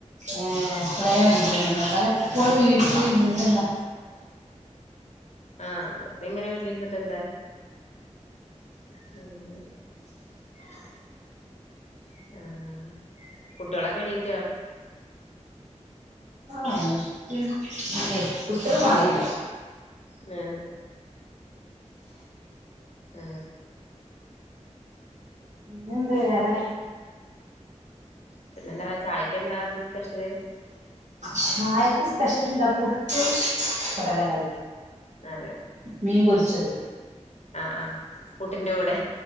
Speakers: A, on the right (about 70°); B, on the left (about 65°).
A: ഏ പ്പളേ വണ്ട്യന്ന് <unintelligible>
B: ആഹ്
A: വീട്ടിലിര്ന്നിട്ടന്താ
B: ആ വെർതെങ്ങനെ വീട്ടിലിരുന്നിട്ട് എന്താ ആ ആ കുട് കുട്ടികളൊക്കെ എണീറ്റോ
A: ആ <unintelligible> മാറില്ല
B: അതെയതെ ആ
A: പിന്നെ എന്ത് വേറെ
B: പിന്നെ എന്താ ചായക്ക് എന്താ സ്പെഷ്യല്
A: ചായക്ക് സ്പെഷ്യൽ എന്താ പുട്ട് കടല കറി
B: അതെ
A: മീൻ പൊരിച്ചതും ച്ചതും
B: ആഹ് ആഹ് പുട്ടിന്റെ കൂടെ